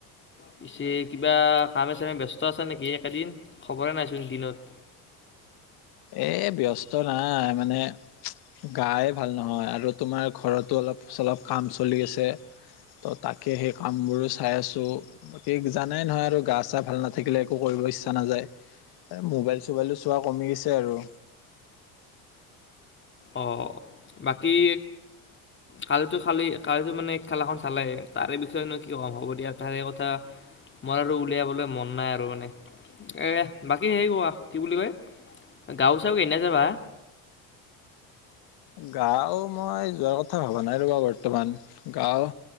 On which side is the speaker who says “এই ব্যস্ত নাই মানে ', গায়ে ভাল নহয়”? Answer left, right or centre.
Left